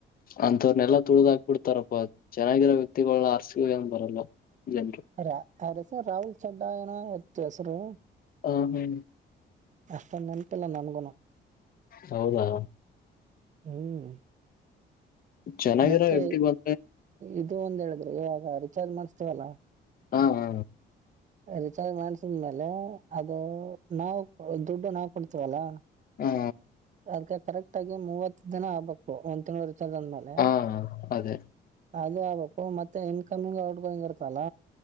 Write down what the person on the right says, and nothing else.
ಅನ್ ರಾಹುಲ್ ಚಡಾ ಏನಸರು
ಎಷ್ಟಷ್ಟ ನೆನಪು ಇಲ್ಲ ನಾನಗು
ಹ್ಮ್
ಮತ್ತೆ
ಇ ಒಂದ ಹೇಳಿದ್ರಿ ಇವಾಗ ರಿಚಾರ್ಜ್ ಮಾಡ್ತೀವಲ್ಲಾ
ರಿಚಾರ್ ಮಾಡಸಿದ್ಮೇಲೆ ಅದು ನಾವು ದುಡ್ಡು ನಾವು ಕೊಡ್ತೀವಲ್ಲಾ
ಅದ್ಕ್ಕೆ ಕರೆಕ್ಟ್ ಆಗಿ ಮೂವತ್ತು ದಿನ ಆಗ್ಬೇಕು ಒಂದ ತಿವ ಎಷ್ಟ ಜನ್ ಮೇಲೆ
ಅದು ಆಗ್ಬೇಕು ಮತ್ತೆ ಇನ್ಕಮಿಂಗ್ ಔಟ್ಗ ಗೊ ಹೆಂಗ್ ಇರ್ತಲ್ಲ